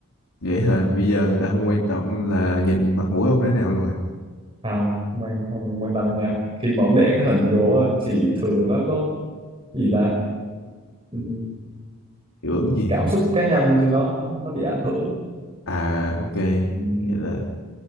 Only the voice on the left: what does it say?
vậy hả
bây giờ người ta không quan
tâm là nhìn mặt mũi ông thế nào luôn à
hiệu ứng gì
hả?
à ok
vậy là